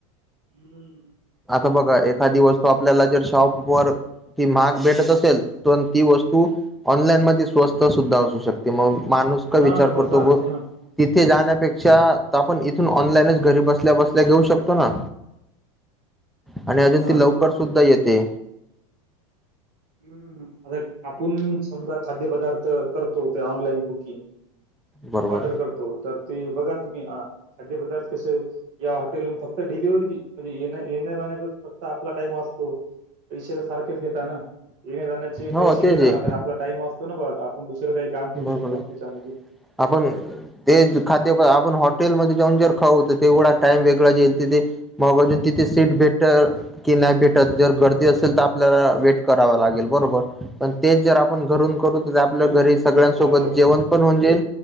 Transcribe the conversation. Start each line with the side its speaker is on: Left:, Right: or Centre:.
Right: हम्म
Centre: आता बघा एखादी वस्तू आपल्याला जर शॉप वर. ती महाग भेटत असेल प ती वस्तू ऑनलाईन मध्ये स्वस्त सुद्धा असू शकते मग. माणूस का
Right: हा
Centre: विचार
Right: तसं
Centre: करतो
Right: असते
Centre: व तिथ
Right: ना
Centre: इथे जाण्यापेक्षा आपण इथून ऑनलाईनच घरी बसल्या बसल्या घेऊ शकतो ना. आणि अजून
Right: हा
Centre: ती
Right: मधी
Centre: लवकर सुद्धा येते
Right: हम्म आता आपण समजा खाद्य पदार्थ करतो ते ऑनलाइन बुकिंग.
Centre: बरोबर
Right: ऑर्डर करतो तर. ते बघा तुम्ही खाद्य पदार्थ कसे या हॉटेलून फक्त डिलिव्ही म्हणजे ये येण जान <unintelligible> आपला टाइम वाचतो पैसे सारखेच घेता ना ये जाण्याचे
Centre: हो
Right: पै
Centre: तेच
Right: घेता
Centre: आहे
Right: मात्र आपला टाइम असतो ना आपण दुसरं काही काम करू
Centre: बरोबर
Right: शकतो ना त्याच्यामध्ये
Centre: आपण ते खाद्य आपण हॉ हॉटेलमध्येध्ये जाऊन जर खाऊत तेवढा टाइम वेगळा जाईल तिथे मग बाजून तिथे सीट भेट नाही भेटत जर गर्दी असेल तर आपल्याला वेट करा लागेल बरोर पण ते जर आपण घरून करू आपल्या
Right: हम्म
Centre: घरी सगळ्यांसोबत
Right: त्याच्यामुळं
Centre: जेवण पण होऊन जाईल